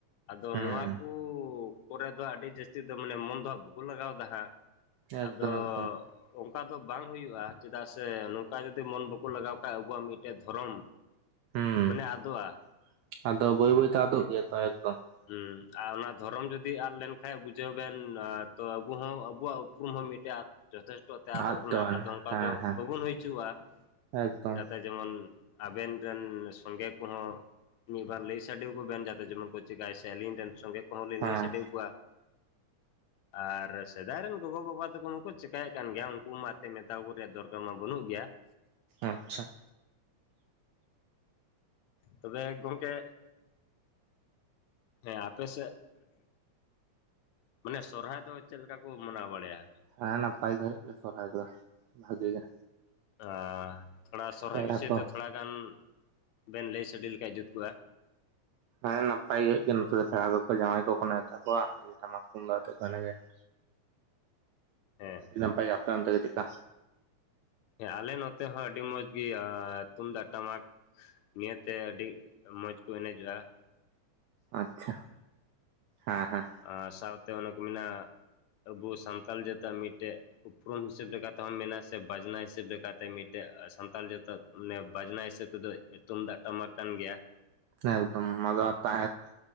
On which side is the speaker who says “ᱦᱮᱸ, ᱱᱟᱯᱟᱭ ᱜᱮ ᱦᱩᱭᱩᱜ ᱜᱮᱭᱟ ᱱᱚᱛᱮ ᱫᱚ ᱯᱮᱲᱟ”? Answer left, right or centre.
Right